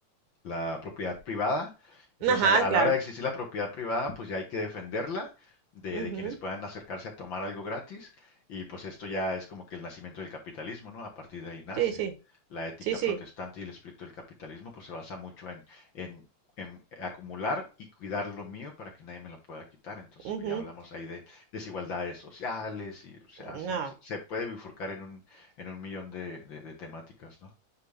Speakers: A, on the left; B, on the right.
A: la propiedad privada. Entonces,
B: Ajá,
A: a la, a
B: claro.
A: la hora de existir la propiedad privada, pues ya hay que defenderla de,
B: ujú,
A: de quienes puedan acercarse a tomar algo gratis. Y pues esto ya es como que el nacimiento del capitalismo, ¿no? A partir de ahí nace.
B: Sí, sí,
A: La ética
B: sí, sí.
A: protestante y el espíritu del capitalismo, pues se basa mucho en, en, en acumular y cuidar lo mío para que nadie me lo pueda quitar. Entonces,
B: ujú.
A: pues ya hablamos ahí de desigualdades sociales y o sea,
B: No,
A: se, se puede bifurcar en un, en un millón de, de- de temáticas, ¿no?